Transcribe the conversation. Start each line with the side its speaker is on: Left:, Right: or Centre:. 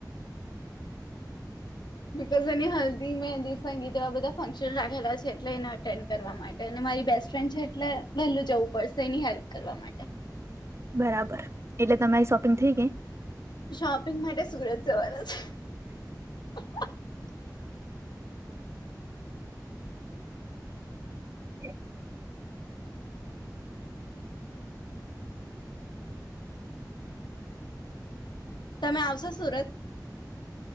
Left: બીકઝ એની હલ્દી મેહંદી સંગીત એવા બધા ફંક્શન રાખેલા છે એટલે એને અટેન્ડ કરવા માટે ન મારી બેસ્ટ ફ્રેન્ડ છે એટલે વહેલું જવું પડશે એની હેલ્પ કરવા માટે.
Right: બરાબર એટલે તમારી શોપિંગ થઈ ગઈ?
Left: શોપિંગ માટે સુરત જવાના છે. <unintelligible>
Right: હ.
Left: તમે આવશો સુરત?